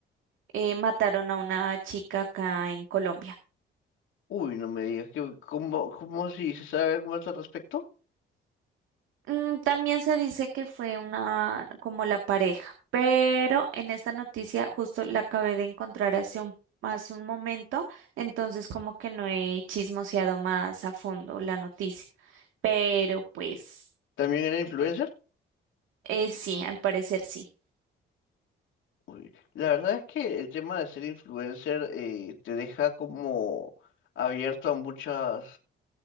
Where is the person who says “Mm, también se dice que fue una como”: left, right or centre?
Right